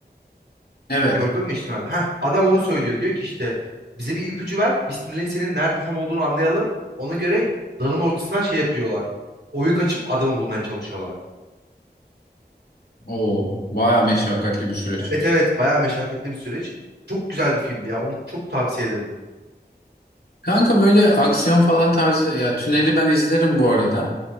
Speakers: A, on the left; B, on the right.
A: Evet.
B: Gördün mü işte? Heh, adam onu söylüyor. Diyor ki işte bize bir ipucu ver. Biz tünelin senin nerede tam olduğunu anlayalım. Ona göre dağın ortasından şey yapıyorlar. Oyuk açıp adamı bulmaya çalışıyorlar.
A: Oo, baya meşakkatli bir süreç.
B: Evet evet bayağı meşakkatli bir süreç. Çok güzel bir filmdi ya. Onu çok tavsiye ederim.
A: Kanka böyle aksiyon falan tarzı ya Tünel'i ben izlerim bu arada.